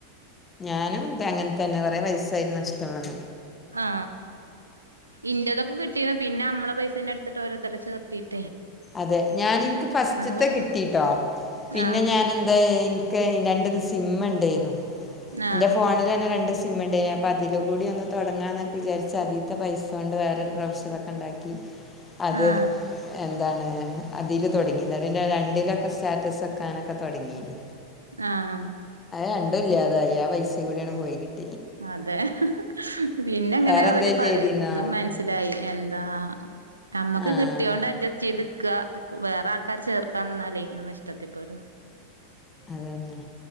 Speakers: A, on the left (about 15°); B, on the right (about 75°).
A: ഞാനും അങ്ങനെ തന്നെ കൊറെ പൈസ അതിൽ നഷ്ടം വന്ന്
B: ആ ഇന്ടെദൊക്കെ കിട്ടി പിന്നെ നമ്മളെ പൈസ ന്നെ എടുത്തിട്ട് ഓരോരതരേ ചെർത്തിട്ട്
A: അതെ ഞാൻ എനിക്ക് ഫസ്റ്റത്തെ
B: പോയി
A: കിട്ടിട്ടോ പിന്നെ
B: ആഹ്
A: ഞൻ എന്താ ഇന്ക്ക് രണ്ടൂന്ന് സിം ഇണ്ടായിനു
B: ആഹ്
A: ഇന്റെ ഫോണില് തന്നെ രണ്ട് <unintelligible> അപ്പം അതിലൂടെ ഒന്ന് തുടങ്ങാ എന്നൊക്കെ വിചാരിച്ച് അതീത്തെ പൈസൊണ്ട് വേറെ ബ്രൗഷർ ഓക്കെ ഇണ്ടാക്കി അത്
B: ആഹ്
A: എ അതാണ് അതില് തുടങ്ങീതാ അതിന്റെ രണ്ടിലൊക്കെ സ്റ്റാറ്റസ് വെക്കാനൊക്കെ തുടങ്ങീന്.
B: ആഹ്
A: രണ്ടും ഇല്ലാതായി ആ പൈസകൂടി അങ്ങട് പോയി കിട്ടി
B: അതെ പിന്നെ ഇങ്ങനെ
A: വേറെന്തേലും
B: ഒരു
A: ചെയ്തീന്നോ
B: ഇതും മനസ്സിലായി എന്താ നമ്മക്ക്
A: ആഹ്
B: കിട്ടിയോണ്ട് അഡ്ജസ്റ്റ് ചെയ്ത്ക്ക വേറെ ആൾക്കാരെ ചേർക്കാ നിന്നാലേ അത് നഷ്ടത്തിപ്പെടും.
A: അതന്നെ